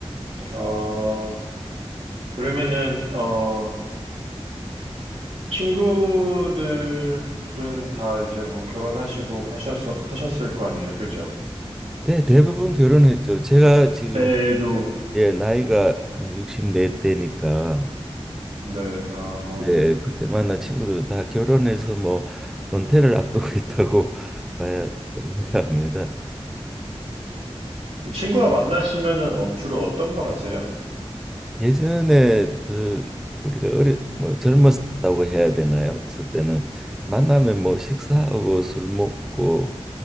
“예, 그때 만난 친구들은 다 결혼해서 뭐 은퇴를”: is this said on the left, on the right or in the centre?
Centre